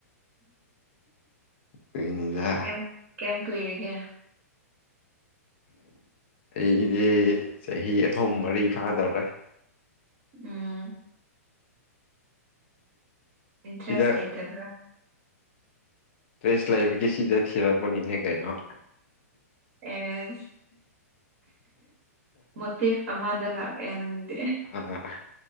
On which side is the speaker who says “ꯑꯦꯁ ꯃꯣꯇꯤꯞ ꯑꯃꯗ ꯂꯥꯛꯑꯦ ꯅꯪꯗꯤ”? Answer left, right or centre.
Right